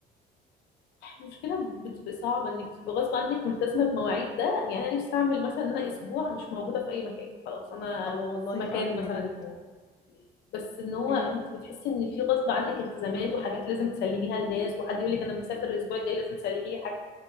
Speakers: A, on the left; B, on the left.
A: المشكله بتبقى صعبه انك تبقى غصب عنك ملتزمه بمواعيد ده يعني انا نفسي اعمل مثلا ان انا اسبوع مش موجوده في اي مكان خلاص انا
B: اه والله
A: في مكان
B: فعلا
A: مثلا
B: يا ريت
A: اسبوع بس ان هو
B: امم
A: انت بتحسي ان في غصب عنك التزامات وحاجات لازم تسلميها للناس وحد يقول لك انا مسافر الاسبوع الجاي لازم تسلمي لي حاجتي